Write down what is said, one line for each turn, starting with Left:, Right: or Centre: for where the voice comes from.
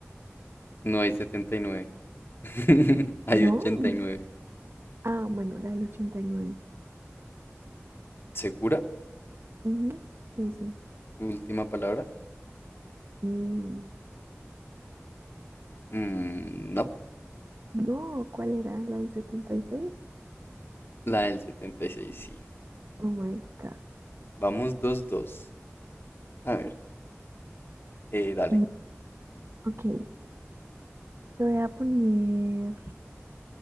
Left: no hay setenta y nueve <laughs> hay
Right: ¿No?
Left: ochenta
Right: Mm.
Left: y nueve
Right: Ah, bueno, la del 89.
Left: ¿Segura?
Right: Ujú, Sí, sí.
Left: Última palabra.
Right: Y
Left: Mm, no.
Right: no, ¿cuál era? ¿La del setenta y seis
Left: La del 76 sí.
Right: Oh my God.
Left: Vamos dos dos A ver. Eh, dale.
Right: No. Ok, te voy a poner